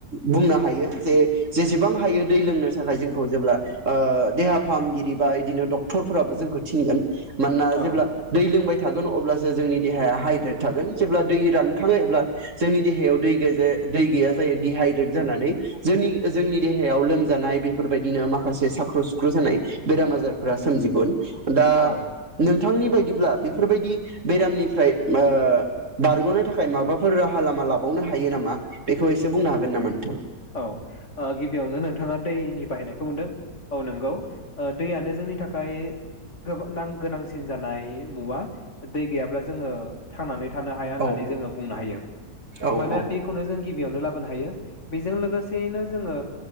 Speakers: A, on the right; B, on the left.
A: बुंनो हायो जे जेसेबां हायो दै लोंनो थाखाय जोंखौ जेब्ला ओ देहा फाहामगिरि बा बिदिनो डक्टरफोराबो जोंखौ थिनगोन मानोना
B: औ
A: जेब्ला दै लोंबाय थागोन अब्ला सो जोंनि देहाया हाइड्रेद थागोन जेब्ला दैरान खाङो एब्ला जोंनि देहायाव दै दै गैजा दै जायो डहाइद्रेट जानानै जोंनि जोंनि देहायाव लोमजानाय बेफोरबायदिनो माखासे साख्र' सुख्रु जानाय बेराम आजारफोरा सोमजिगोन दा
B: औ
A: नों बिथांनि बायदिब्ला बेफोरबायदि बेरामनिफ्राय ओ बारग'नो थाखाय खाय माबाफोर राहा लामा लाबावनो हायो नामा बेखौ एसे बुंनो हागोन नामा नोंथाङा?
B: औ ओ गिबियावनो नोंथाङा दैनि बाहायनायखौ मोनदों औ नंगौ ओ दैयानो जोंनि थाखाय गोबां नां गोनांसिन जानाय मुवा दै गैयाब्ला जोङो थांनानै थानो हाया होननानै
A: औ
B: जोङो बुंनो हायो
A: औ
B: माने
A: औ
B: दैखौनो जोंनि गिबियावनो लाबोनो हायो बेजों लोगोसेयैनो जोङो